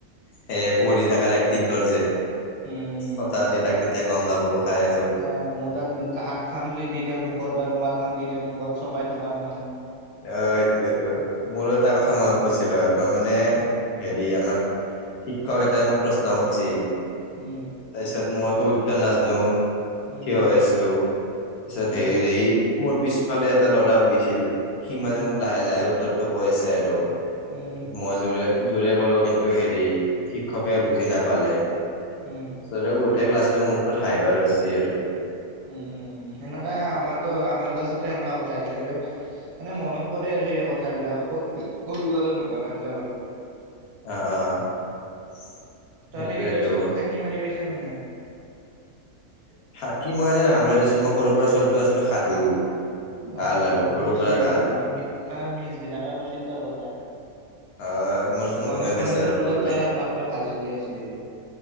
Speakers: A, on the left; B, on the right.
A: সেইয়ে, পঢ়ি থাকাৰ এক্টিং কৰিছে।
B: উম
A: কথা-পাতি থাক, তেতিয়া গম নাপাব। খাই আ
B: অ'! মোৰ তাত, হাত খন দি দি দেওঁ, মুখত বা ৰুমাল খান দি দেওঁ, মুখত চবাই থকা সময়ত।
A: অ'! এইটো-এইটো, মোৰো এটা কথা মনত কৈছিলে, একবাৰ মানে
B: উম
A: সেৰি, আমাৰ শিক্ষক এটাই, মোক প্ৰশ্ন সুধিছিল,
B: উম
A: তাৰ পিছত, মইতো উত্তৰ নাজানোঁ।
B: উম
A: থিয় হৈ আছিলোঁ। তাৰপিছত
B: উম
A: সেৰি, মোৰ পিছফালে এটা ল'ৰা বহিছিল। সি মানে,
B: উম
A: মোক লাহ- লাহে উত্তৰটো কৈ আছে আৰু।
B: উম
A: মই জোৰে জোৰে ক'লো। কিন্তু সেৰি, শিক্ষকে বুজি নাপালে।
B: উম!
A: <unintelligible> গোটেই ক্লাছতো, মোৰ ওপৰত হাঁহিব ধৰিছে আৰু।
B: উম, উম, সেনেকা আমাৰতো, আমাৰ ক্লাছতো সেনেকা কথা <unintelligible> মানে, মনত পৰে আৰু সেই কথাবিলাক, সৰুকালৰ ঘটনাবিলাক আৰু!
A: অ'! অ'! <unintelligible>
B: <unintelligible>
A: সেইটোয়েতো
B: কেতিয়াও স্কুলত, ফাকি মাৰি পাইছা নে নাই?
A: <unintelligible> ভাল
B: অ'!
A: আৰু সৰুৰ
B: কৈছে
A: পৰাই ভাল
B: আমাক, আমাৰ মি-মিচ বিলাকে কৈছিল, তোৰ কথা।
A: অ মোৰচোন
B: গণেশ
A: গমেই পাইছা
B: মন্দিৰৰ
A: আৰু
B: বোলে,
A: সৰুতে
B: তই একমাত্ৰ ভাল ছোৱালী আছিলি।